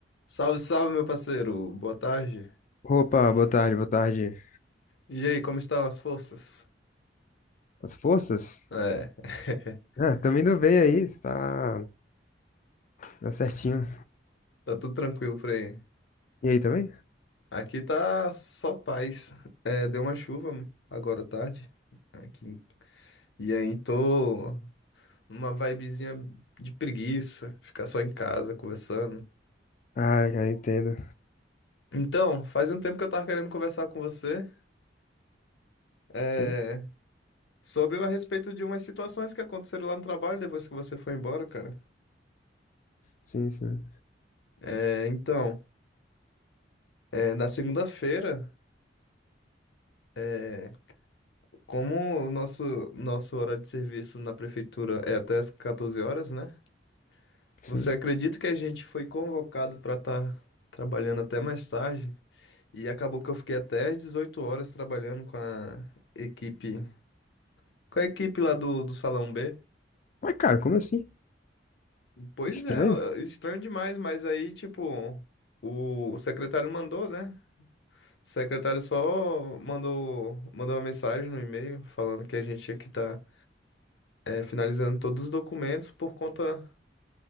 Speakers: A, on the left; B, on the left.
A: Salve, salve, meu parceiro. Boa tarde.
B: Opa, boa tarde, boa tarde.
A: E aí, como estão as forças?
B: As forças?
A: É, <laughs>
B: Ah, também indo bem aí, tá, tá certinho.
A: tá tudo tranquilo por aí.
B: E aí também?
A: Aqui tá só paz. É, deu uma chuva agora à tarde aqui. E aí tô numa vibezinha de preguiça, ficar só em casa conversando.
B: Ah, cara, entendo.
A: Então, faz um tempo que eu tava querendo conversar com você, é,
B: Sim,
A: sobre a respeito de umas situações que aconteceram lá no trabalho depois que você foi embora, cara.
B: sim, sim,
A: É, então, é, na segunda-feira é, Como o nosso, nosso horário de serviço na prefeitura é até as 14 horas, né?
B: sim.
A: Você acredita que a gente foi convocado para estar trabalhando até mais tarde? E acabou que eu fiquei até às 18 horas trabalhando com a equipe, com a equipe lá do, do Salão B.
B: Mas, cara, como assim?
A: Pois
B: Estranho?
A: é, estranho demais, mas aí, tipo, o, o secretário mandou, né? O secretário só mandou, mandou uma mensagem no e-mail falando que a gente tinha que estar finalizando todos os documentos por conta.